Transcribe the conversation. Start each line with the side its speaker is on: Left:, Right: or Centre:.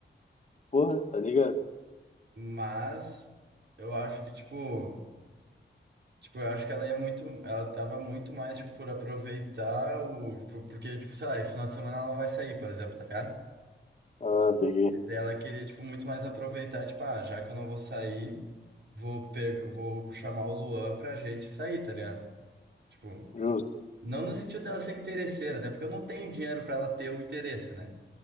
Left: porra, tá ligado?
Right: Mas eu acho que, tipo, tipo, eu acho que ela ia muito, ela tava muito mais, tipo, por aproveitar o, tipo, porque, tipo, sei lá, esse final de semana ela não vai sair, por exemplo, tá ligado?
Left: Ah, peguei.
Right: Daí Ela queria, tipo, muito mais aproveitar, tipo, ah, já que eu não vou sair, vou pegar, vou chamar o Luan pra gente sair, tá ligado? Tipo,
Left: Justo,
Right: Não no sentido dela ser interesseira, até porque eu não tenho dinheiro para ela ter o interesse, né?